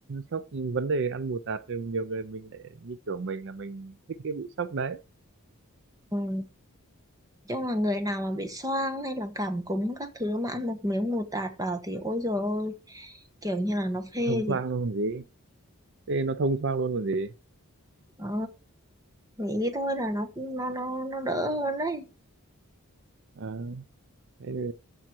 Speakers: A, on the right; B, on the right.
A: sốc vấn đề ăn bù tạt thì nhiều người mình lại như kiểu mình là mình thích cái bị sốc đấy
B: Ừ, chung là người nào mà bị xoang hay là cảm cúm các thứ mà ăn một miếng mù tạt vào thì ôi dồi ôi, kiểu như là nó phê
A: thông
B: gì.
A: thoáng luôn còn gì thế nó thông thoáng luôn còn gì
B: Đó, nghĩ thôi là nó nó nó nó đỡ hơn đấy.
A: Ờ, thế thì